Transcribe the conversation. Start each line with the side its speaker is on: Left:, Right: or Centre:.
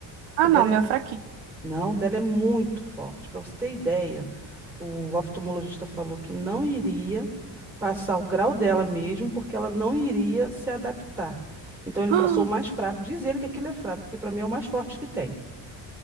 Right: Ah,
Centre: O dela
Right: não, meu
Centre: é
Right: fraquinho.
Centre: Não, o dela é muito forte. Para você ter ideia, o oftalmologista falou que não iria passar o grau dela mesmo, porque ela não iria se adaptar. Então ele
Right: <gasps>
Centre: passou
Right: Ah,
Centre: o mais fraco. Diz ele que aquilo é fraco, porque para mim é o mais forte que tem.